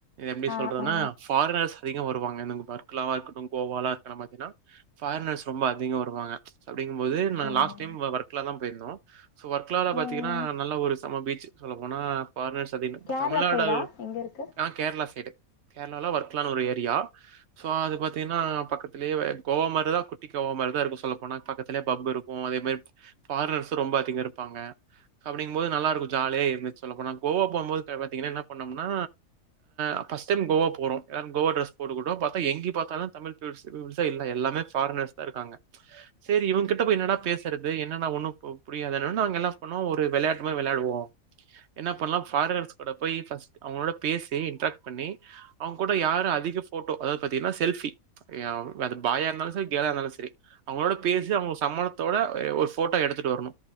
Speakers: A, on the right; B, on the left.
A: எப்டி
B: ஆ,
A: சொல்றதுனா
B: ஆ.
A: பாரினர்ஸ் அதிகோ வருவாங் எனக்கு வெர்க்கலா இருக்கட்டு கோவாலா இருக்கற <unintelligible> அதிகோ வருவாங்க சோ அப்டிங்கும் போது நா
B: ம்.
A: லாஸ் டைம் வர்க்லா தா போயிருந்தோ சோ வர்க்கலாலா பாத்தீங்கன்னா
B: ம்.
A: நல்ல ஒரு செம பீச்சு சொல்லப்போனா ஃபாரினர்ஸ் அதிக
B: கேரளா
A: தமிழ்நாடாகலு
B: சைடா? எங்க இருக்கு?
A: ஆ கேரளா சைடு கேரளால வர்க்கலானு ஒரு ஏரியா சோ அது பாத்தீங்கன்னா பக்கத்து லேவே கோவா மாரிதா குட்டிக் கோவா மாரிதா இருக்கு சொல்ல போனா பக்கத்துலே பப் இருக்கு அதே மாரி ஃபாரினர்ஸும் ரொம்ப அதிக இருப்பாங்க அப்டிங்கும் போது நல்லார்க்கு ஜாலியா இருந்துச் சொல்லப்போனா கோவா போம்போது தே பாத்தீங்கன்னா என்ன பண்ணோனா அ ஃபஸ் டைம் கோவா போறோ எதான் கோவா ட்ரெஸ் போட்டுக்குட்டோம் பாத்தா எங்கே பாத்தாலு தமிழ் ப்யூர்ஸே ப்யூபிள்ஸே இல்ல எல்லாமே ஃபாரினர்ஸ் இருக்காங்க செரி இவங் கிட்ட போய் என்னடா பேசறது என் என்னண்ணா ஒன்னு பு புரியாதாண்ணானு நாங்கெல்லா சொன்னோ ஒரு வெளையாட்டு மாரி வெளையாடுவோ என்ன பண்லா ஃபாரினர்ஸ் கூட போய் ஃபஸ் அவங்களோட பேசி இன்ட்ராக்ட் பண்ணி அவங்க கூட யாரு அதிக ஃபோட்டோ அதாது பாத்தீங்ன்னா செல்ஃபி ய அது பாயா இருந்தாலு செரி கேளா சரி அவங்ளோட பேசி அவங்க சம்மதுத்தோட <unintelligible> ஒரு ஃபோட்டோ எடுத்துட்டு வரணு